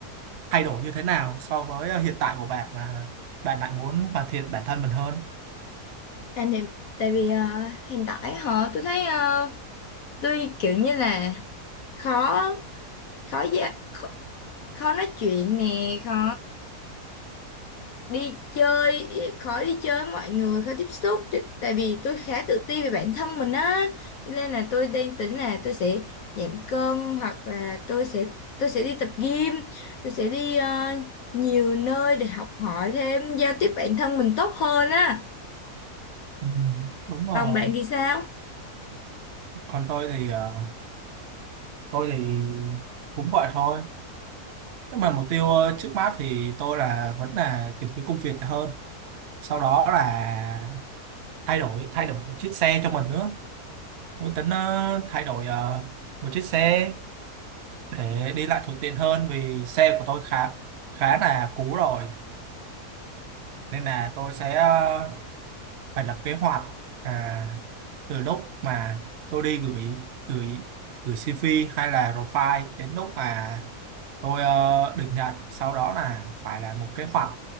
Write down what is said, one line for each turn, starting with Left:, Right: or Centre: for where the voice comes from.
Right: thay đổi như thế nào so với ờ, hiện tại của bạn mà bạn lại muốn hoàn thiện bản thân mình hơn
Left: Hoàn thiện tại vì ờ, hiện tại họ tôi thấy ờ, tôi kiểu như là khó khó dạ khó, khó nói chuyện nè, khó đi chơi khó đi chơi với mọi người khó tiếp xúc T- tại vì tôi khá tự ti về bản thân mình á Cho nên là tôi đang tính là tôi sẽ giảm cân hoặc là tôi sẽ tôi sẽ đi tập gym tôi sẽ đi ờ, nhiều nơi để học hỏi thêm giao tiếp bản thân mình tốt hơn á
Right: ừ, đúng rồi
Left: còn bạn thì sao
Right: còn tôi thì ờ, tôi thì cũng vậy thôi nhưng mà mục tiêu ờ, trước mắt thì tôi là vẫn là tìm kiếm công việc hơn sau đó là thay đổi thay đổi một chiếc xe cho mình nữa Tôi tính ờ, thay đổi ờ, một chiếc xe để đi lại thuận tiện hơn vì xe của tôi khá khá là cũ rồi nên là tôi sẽ ờ, phải lập kế hoạch à, từ lúc mà tôi đi gửi gửi gửi CV hay là profile đến lúc mà tôi ờ, được nhận sau đó là phải là một kế hoạch